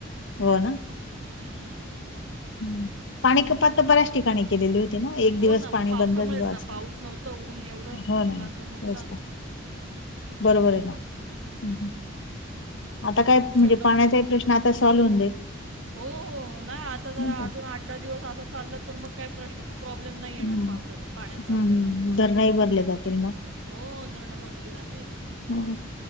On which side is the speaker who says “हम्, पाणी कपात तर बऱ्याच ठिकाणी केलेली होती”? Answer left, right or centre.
Left